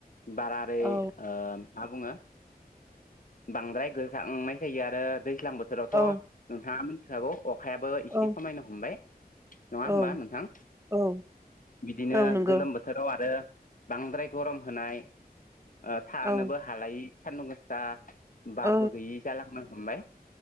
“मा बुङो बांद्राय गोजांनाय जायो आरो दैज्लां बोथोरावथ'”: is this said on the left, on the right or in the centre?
Left